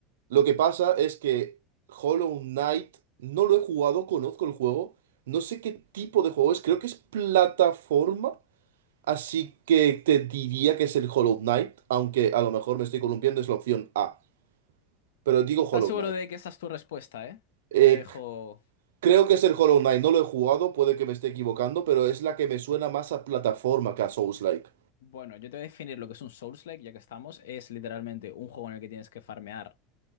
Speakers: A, on the right (about 85°); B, on the left (about 80°).
A: Lo que pasa es que Hollow Knight no lo he jugado, conozco el juego, no sé qué tipo de juego es, creo que es plataforma, así que te diría que es el Hollow Knight, aunque a lo mejor me estoy columpiando, es la opción A, pero digo
B: ¿Estás
A: Hollow
B: seguro
A: Knight.
B: de que esa es tu respuesta, eh?
A: Eh,
B: Yo te dejo...
A: c- creo que es el Hollow Knight, no lo he jugado, puede que me esté equivocando, pero es la que me suena más a plataforma que a Souls-like.
B: Bueno, yo te voy a definir lo que es un Souls-like, ya que estamos. Es literalmente un juego en el que tienes que farmear